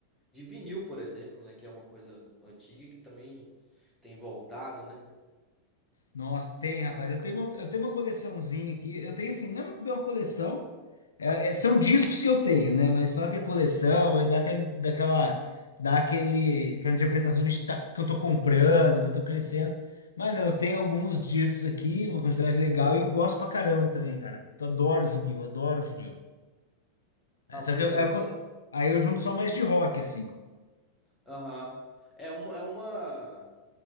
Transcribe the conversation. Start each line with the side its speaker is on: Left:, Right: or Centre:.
Centre: de vinil, por exemplo, né? Que é uma coisa antiga que também tem voltado, né?
Left: Nossa, tem, rapaz. Eu tenho, uma- eu tenho uma coleçãozinha aqui. Eu tenho assim, não é uma coleção. É- é- são discos que eu tenho, né? Mas falar que é coleção, aí dá aquele, daquela, dá aquele, aquela interpretação que, a gente tá, que eu tô comprando, que eu tô crescendo. Mas não, eu tenho alguns discos aqui, uma quantidade legal, e eu gosto pra caramba também, cara. Eu adoro vinil, adoro vinil. É,
Centre: Ah,
Left: só
Centre: pois
Left: que eu, eu
Centre: é.
Left: co- aí eu junto só mais de rock, assim.
Centre: Aham. É uma, é uma.